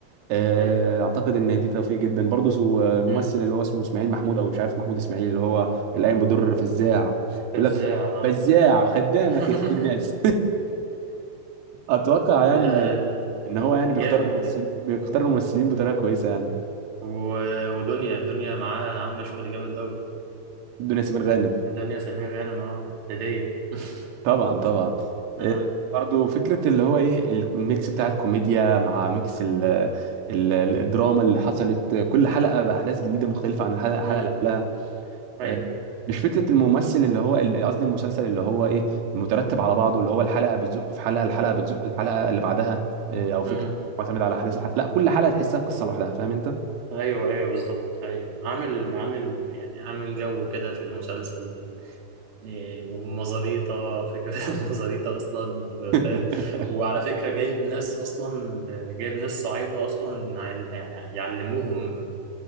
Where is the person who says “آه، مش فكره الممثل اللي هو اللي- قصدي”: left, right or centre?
Right